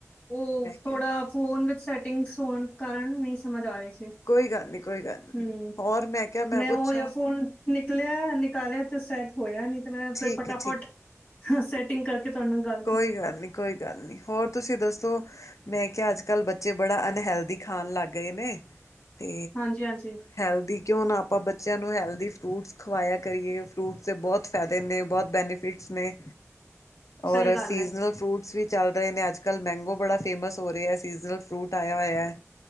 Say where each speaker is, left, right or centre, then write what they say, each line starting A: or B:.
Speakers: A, on the left (about 25°); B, on the left (about 85°).
A: ਓ ਥੋੜਾ
B: ਕਿਹਾ
A: ਫੋਨ ਵਿੱਚ ਸੈਟਿੰਗਸ ਹੋਨ ਕਾਰਨ ਨਈਂ ਸਮਝ ਆ ਰਈ ਸੀ।
B: ਕੋਈ ਗੱਲ ਨਹੀਂ ਕੋਈ ਗੱਲ ਨਹੀਂ
A: ਹਮ,
B: ਹੋਰ ਕਿਹਾ
A: ਮੈਂ
B: ਪੁੱਛਾਂ
A: ਓ ਏਅਰਫੋਨ ਨਿਕਲੇਆ-ਨਿਕਾਲੇਆ ਤੇ ਸੈਟ ਹੋਏਆ, ਨੀਂ ਤੇ ਮੈਂ ਫਿਰ
B: ਠੀਕ
A: ਫਟਾਫਟ
B: ਹੈ ਠੀਕ
A: ਸੈਟ ਟਿੰਗ ਕਰਕੇ ਤੁਆਡੇ ਨਾਲ ਗੱਲ
B: ਕੋਈ
A: ਕੀਤੀ
B: ਗੱਲ ਨੀਂ-ਕੋਈ ਗੱਲ ਨੀਂ, ਹੋਰ ਤੁਸੀ ਦੱਸੋ? ਮੈਂ ਕੇਆ ਅੱਜ-ਕੱਲ ਬੱਚੇ ਬੜਾ ਅਨਹੈਲਦੀ ਖਾਣ ਲੱਗ ਗਏ ਨੇ ਤੇ
A: ਹਾਂਜੀ ਹਾਂਜੀ
B: ਹੈਲਦੀ, ਕਿਉਂ ਨਾ ਆਪਾਂ ਬੱਚੇਆਂ ਨੂੰ ਹੈਲਦੀ ਫਰੂਟਸ ਖਵਾਏਆ ਕਰੀਏ, ਫਰੂਟਸ ਦੇ ਬੋਤ ਫੈਦੇ ਨੇ ਬੋਤ ਬੈਨੀ ਫਿਟਸ ਨੇ ਔਰ
A: ਸਹੀ ਗੱਲ
B: ਸੀਜਨਲ
A: ਹੈ
B: ਫਰੂਟਸ ਵੀ ਚੱਲ ਰਏ ਨੇ, ਅੱਜ-ਕੱਲ ਮੈਂਗੋ ਬੜਾ ਫੇਮਸ ਹੋ ਰੇਐ ਸੀਜਨਲ ਫਰੂਟ ਆਏਆ ਹੋਏਐ।